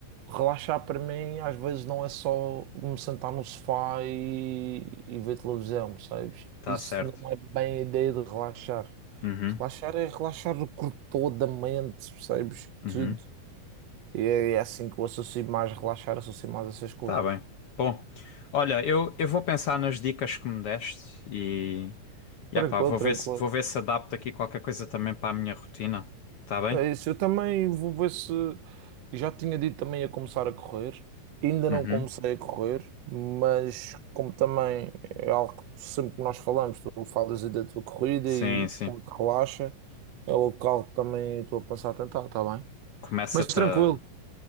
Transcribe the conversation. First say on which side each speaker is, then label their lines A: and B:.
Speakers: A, on the right (about 75°); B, on the left (about 70°).
A: relaxar para mim às vezes não é só me sentar no sofá e, e ver televisão, percebes?
B: Tá
A: Isso
B: certo.
A: não é bem a ideia de relaxar.
B: Uhum.
A: Relaxar é relaxar o corpo todo, a mente, percebes?
B: Uhum.
A: Tudo. E é, é assim que eu associo mais relaxar, associo mais essas coisas.
B: Tá bem. Bom, olha, eu, eu vou pensar nas dicas que me deste e.
A: Tranquilo,
B: E ah pá, vou
A: tranquilo.
B: ver se, vou ver se adapto aqui qualquer coisa também para a minha rotina. Tá bem?
A: É isso, eu também vou ver se. eu Já tinha dito também a começar a correr. Ainda
B: Uhum.
A: não comecei a correr, mas como também é algo que sempre que nós falamos, tu falas aí da tua corrida
B: Sim,
A: e
B: sim.
A: como te relaxa, é algo que algo que também estou a pensar a tentar, está bem?
B: Começa-te
A: Mas tranquilo,
B: a...